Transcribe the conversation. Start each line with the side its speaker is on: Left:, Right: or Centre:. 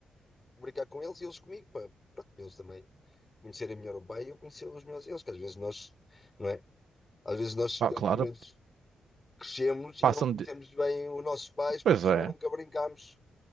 Left: brincar com eles e eles comigo, pá. Pronto, eles também conhecerem melhor o pai e eu conhecer os meus eles, que às vezes nós, não é? Às vezes nós,
Right: Pá,
Left: eu,
Right: claro,
Left: pelo menos, crescemos e
Right: passam
Left: não conhecemos
Right: de.
Left: bem os nossos pais porque
Right: Pois
Left: se
Right: é.
Left: calhar nunca brincámos